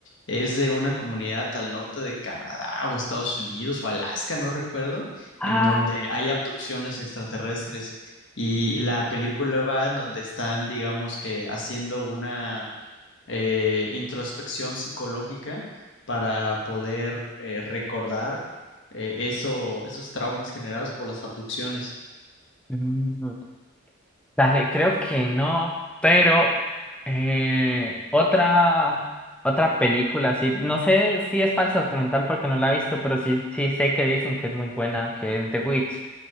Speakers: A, on the left; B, in the centre.
A: Es de una comunidad al norte de Canadá o Estados Unidos o Alaska, no recuerdo,
B: Ah,
A: en donde hay abducciones extraterrestres. Y la película va en donde están, digamos que, haciendo una eh, introspección psicológica para poder eh, recordar eh, eso, esos traumas generados por las abducciones.
B: mm, Dale, creo que no, pero eh, otra, otra película, sí, no sé si es falso documental porque no la he visto, pero sí, sí sé que dicen que es muy buena, que es The Witch,